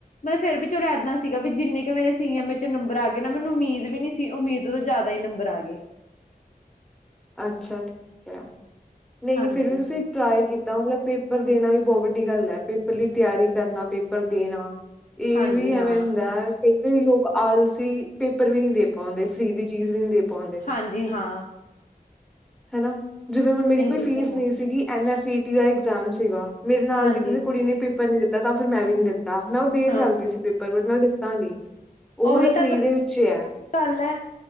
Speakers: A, on the left (about 55°); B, in the centre.
A: ਮਤਲਬ ਫੇਰ ਵੀ ਇੱਦ ਸੀਗਾ ਵੀ ਜਿੰਨੇ ਮੇਰੇ ਸੀ ਐਮ ਨੰਬਰ ਆ ਗਏ ਨਾ, ਮੈਨੂੰ ਉਮੀਦ ਵੀ ਨੀ ਸੀ, ਉਮੀਦ ਤੋਂ ਜ਼ਿਆਦਾ ਹੀ ਨੰਬਰ ਆ ਗਏ।
B: ਅੱਛਾ ਠੀਕ ਹੈ, ਨਹੀਂ
A: ਹਾਂਜੀ
B: ਫਿਰ ਵੀ ਤੁਸੀਂ ਟ੍ਰਈ ਕੀਤਾ, ਮਤਲਬ ਪੇਪਰ ਦੇਣਾ ਵੀ ਬਹੁਤ ਵੱਡੀ ਗੱਲ ਹੈ, ਪੇਪਰ ਲਈ ਤਿਆਰੀ ਕਰਨਾ ਪੇਪਰ ਦੇਣਾ! ਇਹ
A: ਹਾਂਜੀ
B: ਵੀ
A: ਹਾਂ
B: ਐਵੇਂ ਹੁੰਦਾ। ਕਈ ਕਈ ਲੋਕ ਆਲਸੀ ਪੇਪਰ ਵੀ ਨਹੀਂ ਦੇ ਪਾਉਂਦੇ, ਫ੍ਰੀ ਦੀ ਚੀਜ਼ ਵੀ ਨਹੀਂ ਦੇ ਪਾਉਂਦੇ।
A: ਹਾਂਜੀ ਹਾਂ।
B: ਹੈ ਨਾ, ਜਿਵੇਂ ਹੁਣ ਮੇਰੀ
A: ਇਹੀ
B: ਕੋਈ ਫੀਸ
A: ਤਾਂ ਹੈ
B: ਨਹੀਂ ਸੀਗੀ, ਐੱਨ ਐਫ ਈ ਟੀ ਦਾ ਇਗਜ਼ਾਮ ਸੀਗਾ। ਮੇਰੇ ਨਾਲ
A: ਹਾਂਜੀ
B: ਦੀ ਕਿਸੇ ਕੁੜੀ ਨੇ ਪੇਪਰ ਨੀ ਦਿੱਤਾ, ਤਾਂ ਫਿਰ ਮੈਂ ਵੀ ਨਹੀਂ ਦਿੱਤਾ, ਮੈਂ ਉਹ ਦੇ
A: ਹਾਂ
B: ਸਕਦੀ ਸੀ ਪੇਪਰ ਪਰ ਮੈਂ ਦਿੱਤਾ ਨਹੀਂ, ਉਹ ਮਤਲਬ
A: ਉਹੀ
B: ਫ੍ਰੀ
A: ਤਾਂ
B: ਦੇ ਵਿੱਚ ਹੈ।
A: ਗੱਲ ਹੈ